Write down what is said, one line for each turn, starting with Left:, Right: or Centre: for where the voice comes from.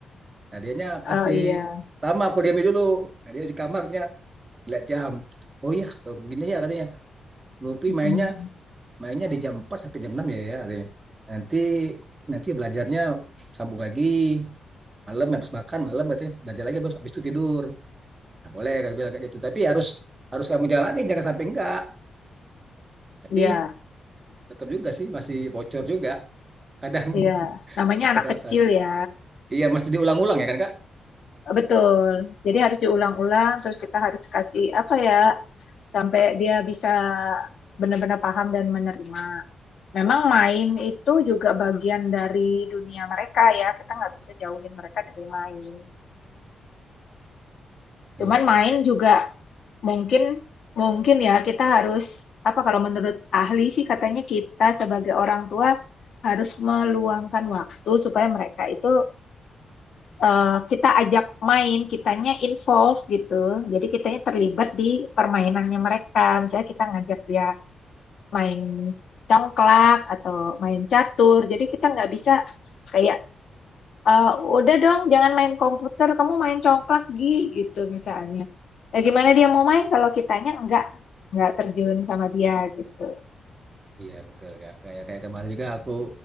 Right: Nah, dianya kasih
Left: Oh iya,
Right: lama aku diamin dulu. Nah, dia di kamarnya lihat jam oh iya tuh, gini ya katanya Luffy
Left: Mm-mm.
Right: mainnya mainnya di jam 4 sampai jam 6 ya ya katanya nanti nanti belajarnya sambung lagi malam habis makan malam katanya belajar lagi habis, habis itu tidur nah, boleh kayak bilang kayak gitu tapi harus harus kamu jalani jangan sampai enggak tapi
Left: iya,
Right: tetap juga sih masih bocor juga kadang <laughs>
Left: iya. Namanya anak
Right: pembalasan
Left: kecil ya,
Right: iya mesti diulang-ulang ya kan kak
Left: betul. Jadi harus diulang-ulang, terus kita harus kasih apa ya, sampai dia bisa benar-benar paham dan menerima. Memang main itu juga bagian dari dunia mereka ya. Kita nggak bisa jauhin mereka dari main.
Right: iya
Left: Cuman main juga mungkin mungkin ya kita harus apa kalau menurut ahli sih katanya kita sebagai orang tua harus meluangkan waktu supaya mereka itu eh, kita ajak main, kitanya involve gitu. Jadi kitanya terlibat di permainannya mereka. Misalnya kita ngajak dia main congklak atau main catur. Jadi kita nggak bisa kayak "Eh, udah dong, jangan main komputer, kamu main congklak Gi," gitu misalnya. Ya gimana dia mau main kalau kitanya enggak enggak terjun sama dia gitu.
Right: iya betul kak kayak kayak kemarin juga aku